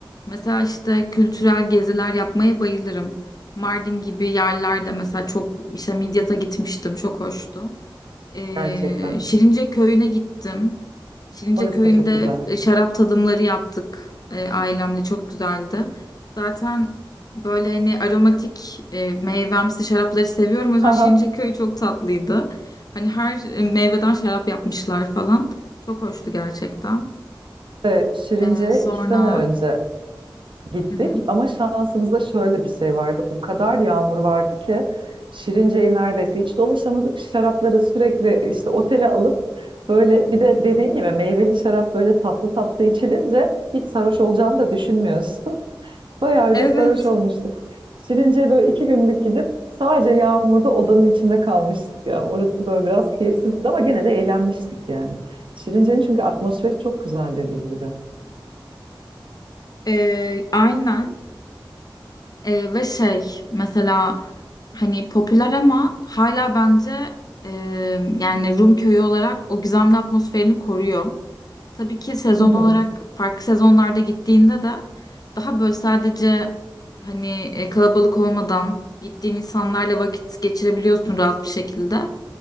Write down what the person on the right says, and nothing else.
gerçekten.
Orası
da çok güzel.
Haha.
Ve Şirince'ye
iki sene önce gittik
ama şansımızda şöyle bir şey vardı. O kadar yağmur vardı ki Şirince'yi neredeyse hiç dolaşamadık. Şarapları sürekli işte otele alıp böyle bir de dediğin gibi meyveli şarap böyle tatlı tatlı içilince hiç sarhoş olacağını da düşünmüyorsun. Bayağı öyle
sarhoş olmuştuk. Şirince'ye böyle iki günlük gidip sadece yağmurda odanın içinde kalmıştık ya. Orası böyle biraz keyifsizdi ama gene de eğlenmiştik yani. Şirince'nin çünkü atmosferi çok güzel dediğim gibi.
Hı hı.